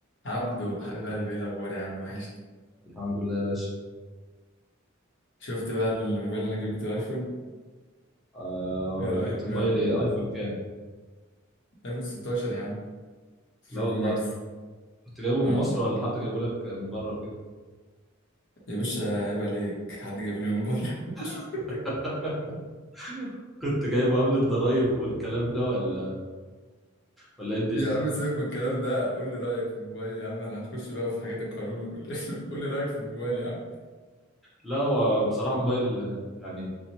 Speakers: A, on the left (about 60°); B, in the centre.
A: عبدو حبيب قلبي ايه الاخبار يا عم وحشني
B: الحمد لله يا باشا
A: شفت بقى الموبايل اللي انا جبته الايفون
B: آه
A: ايه رايك
B: جبت موبايل
A: بقى
B: ايه ايفون كام
A: ايفون 16 يا عم 16
B: لا والله
A: برو ماكس
B: كنت جايبه
A: اه
B: من مصر
A: والله
B: ولا حد جايبه لك من بره وكده
A: يا باشا عيب عليك حد جاب لي من بره <laughs>
B: <laughs> كنت جايبه قبل الضرايب والكلام ده ولا ولا ايه الدنيا
A: يا عم سيبك من الكلام ده قول لي رايك في الموبايل يا عم احنا هنخش بقى في حاجات القانون وال- <laughs> قول لي رايك في الموبايل يا عم
B: لا هو بصراحه موبايل آه، يعني